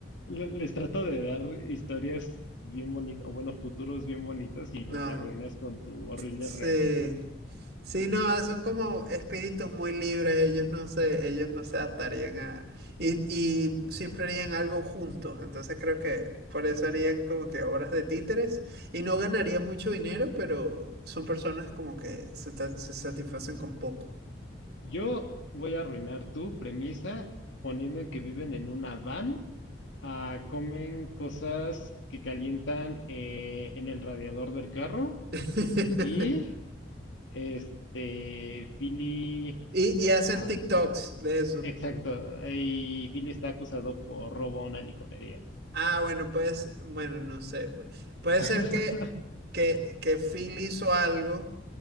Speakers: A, on the left; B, on the right.
A: Le- Les trato de dar historias bien bonitas, o bueno, futuros bien bonitos y los
B: No,
A: arruinas con tu horrible
B: Sí.
A: realidad.
B: Sí, no, son como espíritus muy libres, ellos no se, ellos no se atarían a... Y, y siempre harían algo juntos, entonces creo que por eso harían como que obras de títeres y no ganarían mucho dinero, pero son personas como que se, ta- se satisfacen con poco.
A: Yo voy a arruinar tu premisa poniendo en que viven en una van, ah, comen cosas que calientan eh, en el radiador del carro
B: <laughs>
A: y este, Philly
B: Y, y hacen
A: ah,
B: TikToks de eso.
A: Exacto, y Billy está acusado por robo a una licorería.
B: Ah, bueno, pues, bueno, no sé. pu- Puede
A: <laughs>
B: ser que, que, que Phil hizo algo